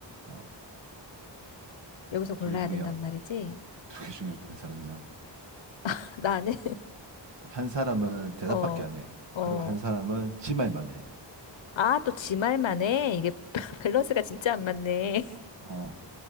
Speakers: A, on the right (about 70°); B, on the left (about 90°).
A: 어,
B: 여기서 골라야
A: 두 개 중에,
B: 된단 말이지?
A: <laughs> 두 개 중에 어떤 사람이나.
B: <laughs> 나는,
A: 한 사람은 대답밖에
B: <laughs> 어,
A: 안 해.
B: 어.
A: 그리고 한 사람은 지 말만 해.
B: 아, 또 지 말만 해. 이게 <laughs> 밸런스가 진짜 안 맞네.
A: 어,